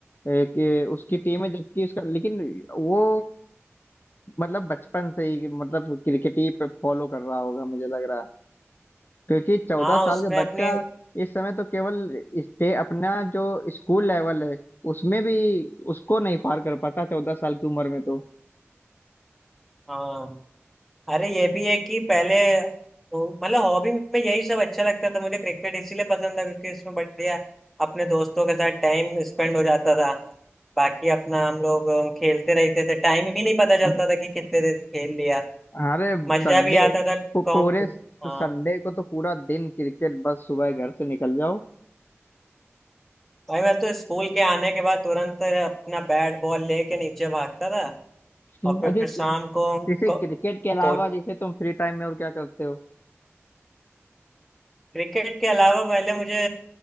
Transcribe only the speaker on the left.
ए, कि उसकी टीम है जबकि उसका लेकिन वो मतलब बचपन से ही मतलब क्रिकेट ही पे फॉलो कर रहा होगा मुझे लग रहा है क्योंकि चौदह
साल
का
बच्चा इस समय तो केवल स्टे अपना जो स्कूल लेवल है उसमें भी उसको नहीं पार कर पाता चौदह साल की उम्र में
तो
अरे
संडे
को
पूरे
संडे को तो पूरा दिन क्रिकेट बस सुबह घर से निकल जाओ
हम्म,
अजय
जैसे
क्रिकेट के अलावा
जैसे तुम फ्री टाइम में और क्या करते हो